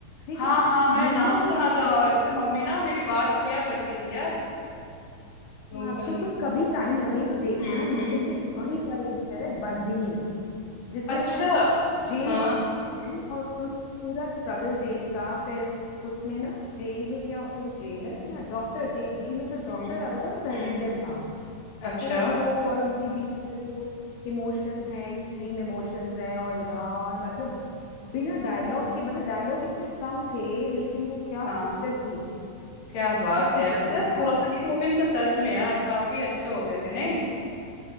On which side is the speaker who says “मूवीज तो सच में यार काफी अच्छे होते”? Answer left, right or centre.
Left